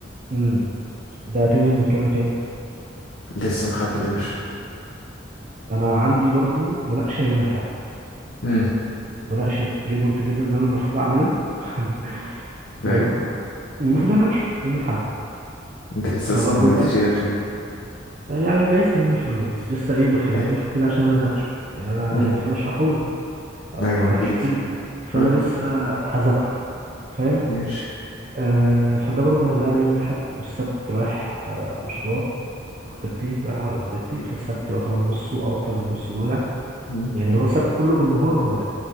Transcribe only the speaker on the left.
لسه محددوش
مم.
أيوة
أنت لسه أصلا
ما مدتش
إيدك فيه
حلو
مم.
أيوة
أكيد
اه
ماشي
مم.